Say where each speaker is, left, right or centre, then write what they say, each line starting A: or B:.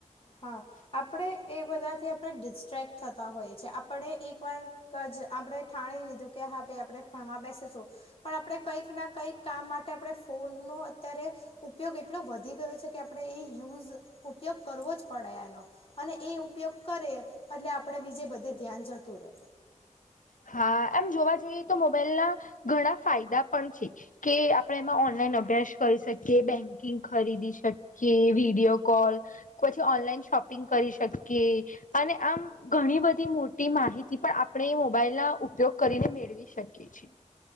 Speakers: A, on the left (about 45°); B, on the left (about 80°).
A: હા, આપડે એ બધાથી આપણે ડિસ્ટ્રેક્ટ થતા હોય છે. આપડે એક વાર કાજ આપણે થાણી લીધું કે હા ભાઈ આપડે ભણવા બેસીશું, પણ આપડે કંઈક ના કંઈક કામ માટે આપડે ફોનનો અત્યારે ઉપયોગ એટલો વધી ગયો છે કે આપણે એ યુઝ ઉપયોગ કરવો જ પડયાનો અને એ ઉપયોગ કરે એટલે આપડે બીજે બધે ધ્યાન જતું રે
B: હા, એમ જોવા જઈ તો મોબાઈલ ના ઘણા ફાયદા પણ છે કે, આપડે એમાં ઓનલાઈન અભ્યાસ કરી શકીએ, બેન્કિંગ ખરીદી શક કે વિડીયો કોલ પછી ઓનલાઈન શોપિંગ કરી શકીએ અને આમ ઘણી બધી મોટી માહિતી પણ આપણે એ બાઈલ ના ઉપયોગ કરીને મેળવી શકીએ છીએ